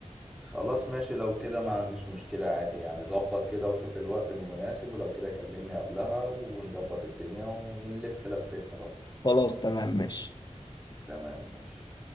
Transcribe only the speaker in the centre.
خلاص ماشي لو كده ما عنديش مشكلة عادي يعني ظبط كده وشوف الوقت المناسب ولو كده كلمني قبلها ونظبط الدنيا ونلف لفتنا بقى
تمام ماشي